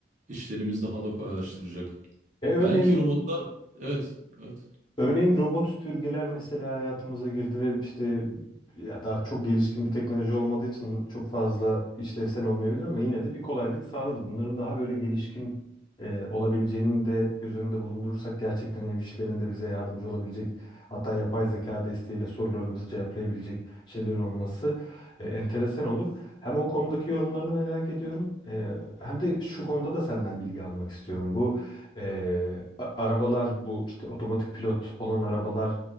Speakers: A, on the right; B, on the left.
A: işlerimiz daha da kolaylaştıracak.
B: E örneğin
A: Belki robotlar, evet, evet.
B: Örneğin robot süpürgeler mesela hayatımıza girdi ve işte ya daha çok gelişkin bir teknoloji olmadığı için çok fazla işlevsel olmayabilir ama yine de bir kolaylık sağladı. Bunların daha böyle gelişkin e, olabileceğini de göz önünde bulundurursak gerçekten ev işlerinde bize yardımcı olabilecek hatta yapay zeka desteğiyle sorularımızı cevaplayabilecek şeyler olması e, enteresan olur. Hem o konudaki yorumlarını merak ediyorum e, hem de şu konuda da senden bilgi almak istiyorum. Bu ee, a- arabalar bu işte otomatik pilot olan arabalar